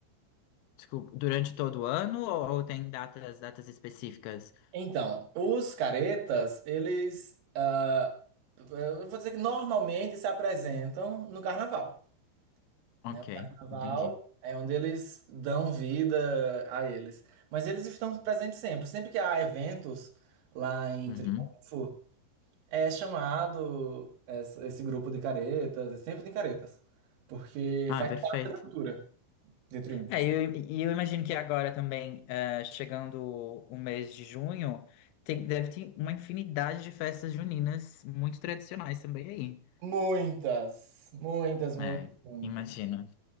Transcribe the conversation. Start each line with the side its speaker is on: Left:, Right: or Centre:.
Left: Desculpa, durante todo o ano ou, ou tem datas, datas específicas?
Right: Então, os caretas, eles, ah, eu vou dizer que normalmente se apresentam no carnaval, né?
Left: Ok,
Right: O carnaval
Left: entendi.
Right: é onde eles dão vida a eles. Mas eles estão presentes sempre. Sempre que há eventos lá em
Left: Uhum.
Right: Triunfo, é chamado esse esse grupo de caretas, sempre tem caretas, porque
Left: Ah,
Right: faz
Left: perfeito.
Right: parte da cultura de Triunfo.
Left: É, e eu, e eu imagino que agora também, eh, chegando o mês de junho, tem, deve ter uma infinidade de festas juninas muito tradicionais também aí.
Right: Muitas, muitas, muitas,
Left: É,
Right: muitas.
Left: imagino.